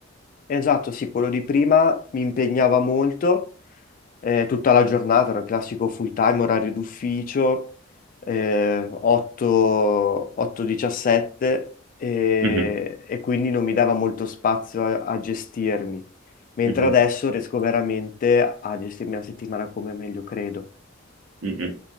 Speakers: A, on the left; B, on the right.
A: Esatto, sì, quello di prima mi impegnava molto, eh, tutta la giornata, era il classico full time, orario d'ufficio, eh, 8, 8-17 eh,
B: Mhm,
A: e quindi non mi dava molto spazio a, a gestirmi, mentre
B: mhm,
A: adesso riesco veramente a gestirmi la settimana come meglio credo.
B: mhm.